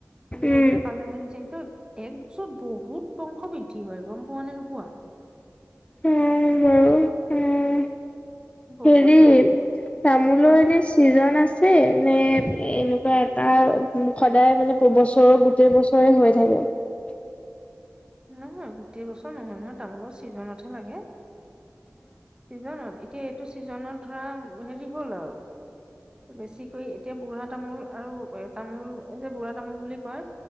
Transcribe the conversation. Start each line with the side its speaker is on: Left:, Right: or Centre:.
Right: যে
Left: উম
Right: এতিয়া পালেহি যে সেইটোত একযুত বহুত বংশবিদ কি হয় গম পোৱা নে নোপোৱা
Left: অ বাৰু উম
Right: বহুত
Left: হেৰি
Right: হয়
Left: তামোলৰ
Right: কোৱা
Left: এনে চিজন আছে নে এনেকুৱা এটা সদায় মানে বছৰ গোটেই বছৰে হৈ থাকে <inaudible>
Right: নহয় গোটেই বছৰ নহয় নহয় তামোলৰ ছিজনতহে লাগে চিজনত এতিয়া এইটো চিজনত ধৰা হেৰি হ'ল আৰু বেছিকৈ এতিয়া বুঢ়া তামোল আৰু তামোল যে বুঢ়া তামোল বুলি কয়